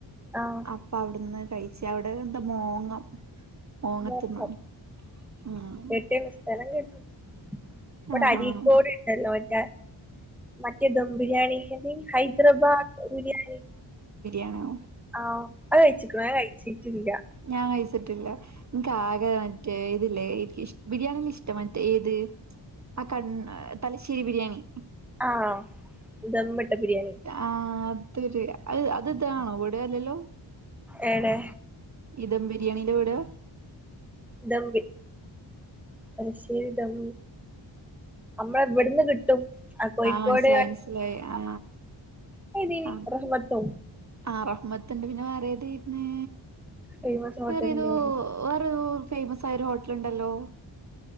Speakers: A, in the centre; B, on the right.
A: ആഹ്.
B: അപ്പ അവിടുന്ന് കഴിച്ച അവിടെ എന്താ മോങ്ങം. മോങ്ങത്ത്ന്നോ
A: മോങ്ങ്
B: ഉം
A: എവിടെയാണ് സ്ഥലം കേട്ടു. ഇപട
B: ആഹ്
A: അരികോട്.
B: ആഹ്
A: ഹലോട്ടാ മറ്റേ തംബിരിയാണിക്കാട്ടിം. ഹൈദരാബാദ് ബിരിയാണി.
B: ആണോ.
A: ആഹ് അത് കഴിച്ചിക്ണ്ടൊ ഞാൻ കഴിച്ചിട്ടില്ല.
B: ഞാൻ കഴിച്ചിട്ടില്ല. എനിക്ക് ആകെ മറ്റേ ഇതില്ലേ എനിക്ക് ഫിഷ് ബിരിയാണി ഇഷ്ടം മറ്റേ ഇത്.. ആ കണ് തലശ്ശേരി ബിരിയാണി.
A: ആഹ് ദം ഇട്ട ബിരിയാണി.
B: ആഹ് അതൊരു അ അത് ഇതാണോ ഇവിടെല്ലല്ലോ.
A: എവടേ.
B: ഇ തംബിരിയാണിയിലോവിടെ.
A: ദം തലശരി ദം. നമ്മള ഇവിടന്ന് കിട്ടും ആ കോഴിക്കോട്.
B: മനസ്സിലായി മനസ്സിലായി ആ
A: ഏതേനി
B: ആ
A: റഹ്മത്തോ
B: ആറഹമ്മത്ണ്ട് പിന്നെ വേറെ ഏതായിരുന്.
A: ഫേമസ് ഹോട്ടലിന്റെ
B: വേറെതോ വേറേതോ ഫേമസ് ആയ ഒരു ഹോട്ടൽ ഉണ്ടല്ലോ.